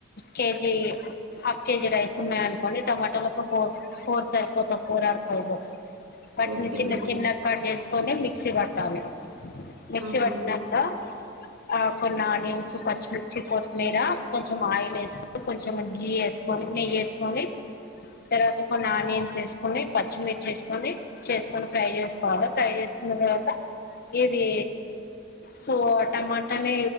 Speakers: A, on the left; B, on the right.
A: కేజీ హాఫ్ కేజీ రైస్ ఉన్నాయ అనుకోండి టమాటాలు ఒక ఫోర్ ఫోర్స్ సరిపోతాయి ఫోర్ ఆర్ ఫైవ్ వాట్ని
B: ఓకే
A: చిన్న చిన్నగా కట్ చేసుకుని మిక్సీ పట్ దామ మిక్సీ
B: ఆహా
A: పట్టినాక ఆ కొన్ని ఆనియన్స్ పచ్చిమిర్ చ్చ కొత్తిమీర కొంచెం ఆయిల్ వేసుకొని కొంచెం గి వేసుకొని నెయ్యి వేసుకొని తర్వాత
B: హ్మ్.
A: కొన్ని ఆనియన్స్ వేసుకొని కని పచ్చిమిర్చేసుకొని చేసుకొని ఫ్రై చేసుకోవాలి ఫ్రై చేసుకున్న తర్వాత ఇది సో టమాటాని